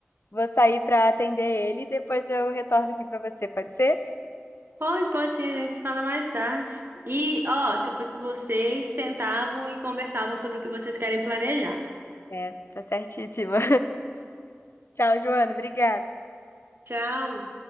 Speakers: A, on the left (about 60°); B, on the right (about 55°).
A: Vou sair pra atender ele e depois eu retorno aqui pra você, pode ser?
B: Pode, pode sim, a gente se fala mais tarde. E, ó, se eu fosse vocês, sentavam e conversavam sobre o que vocês querem planejar.
A: É, tá certíssima. <laughs> Tchau, Joana. Obrigada.
B: Tchau!